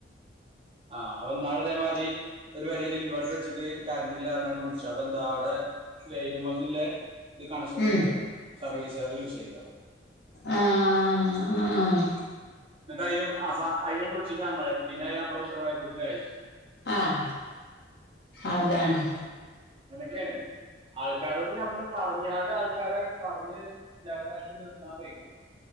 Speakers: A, on the right (about 30°); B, on the left (about 60°).
A: ആഹ് അപ്പൊ ഇന്നാള് ഇതേമാതിരി ഒരു പെരീൽ ഇൻവേർട്ടർ വെച്ചിട്ട് കറണ്ട് ഇല്ലാന്നാണ് വിളിച്ച് അപ്പൊ എന്താ അവിടെ ലൈനുമന്നില്ലേ ഇത് കണക്ഷൻ
B: ഉം
A: പോയിരിക്കാ സർവീസ് വയറ് ലൂസ് ആയിക്കാ
B: ആഹ് ആഹ് ആഹ്
A: എന്നിട്ട അതിനും അപ്പെ അയിനും വിളിച്ച് ഞമ്മളെ പിന്നെ ഞമ്മളെ ഉത്തരവാദിത്തത്തിലായി
B: ആഹ് അതാണ്
A: അങ്ങനെക്കെയാണ് ആൾക്കാരോട് ഞമ്മള് പറഞ്ഞാണ്ട് ആൾക്കാരെ പറഞ്ഞ് ലെവലാക്കി നിർത്താൻ വെക്ക